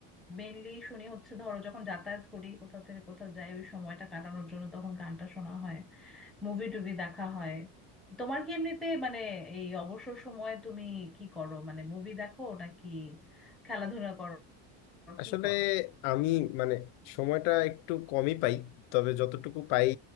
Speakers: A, in the centre; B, on the left (about 75°).
A: মেনলি শুনি হচ্ছে ধরো যখন যাতায়াত করি কোথা থেকে কোথাও যাই ওই সময়টা কাটানোর জন্য তখন গানটা শোনা হয় মুভি টুভি দেখা হয় তোমার কি এমনিতে মানে এই অবসর সময়ে তুমি কি করো মানে মুভি দেখো নাকি খেলাধুলা করো
B: আসলে
A: কি করো
B: আমি মানে সময়টা একটু কমই পাই তবে যতটুকু পাই